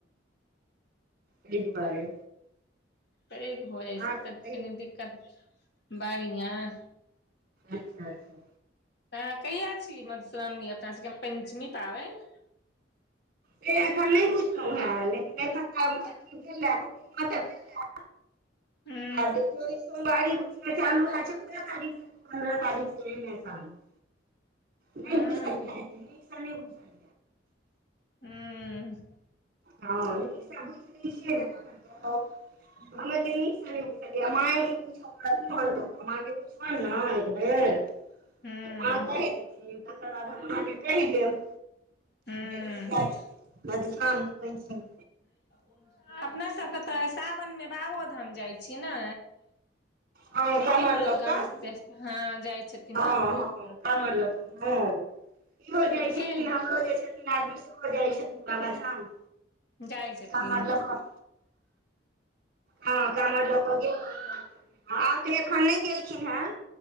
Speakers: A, on the right; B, on the left.
A: तै दुआरे
B: पैघ भ जाइ छै
A: आर सब
B: त
A: कहियौ
B: कनी दिक्कत बढ़िआं
A: अच्छा-अच्छा।
B: त कहिया छी मधुश्रावणी अपना सबके, पैन्चमी पाबैन।
A: से एखन न‌इ बुछलहुं है लेकिन एखन त अथी भेल है पूर्णिमा त भेल है।
B: हूं
A: आब देखीयौ इ सोमवारी बुझीओ चालू हैत चौदह तारीख पन्द्रह तारीख <unintelligible> न‌इ
B: हूँ
A: बुझलियै नीक स नै बुझलियै
B: हूं
A: हँ नीक स बुइझ लै छीयै ने तखनि कहब। हमु एते नीक स न‌इ बुझलियै ऐ माँए के पुछ‌ पड़त फोन क क माँ के पूछबन न एक बेर त
B: हूँ
A: माँ कहि देथिन तकर बाद हम अहाँके कहि देब।
B: हूँ
A: यैह छै मधुश्रावणी पॅंचमी।
B: <unintelligible> अपना सबके तऽ सावनमे बाबोधाम जाइ छी ने।
A: हँ काँवर
B: बहुत लोक
A: लऽ
B: गामस
A: कऽ
B: जाइ छथिन हाॅं जाइ। छथिन
A: हँ
B: ने
A: हँ कांवर लऽ कऽ हँ। इहो जाइ
B: गेल
A: छथिन हमरो जे छथिन आदमी सेहो जाइ छथिन बाबाधाम।
B: जाइ छथिन।
A: काँवर लऽ कऽ हँ काँवर लऽ क गेल रहथिन आब तऽ एखन नहि गेलखिन हैं।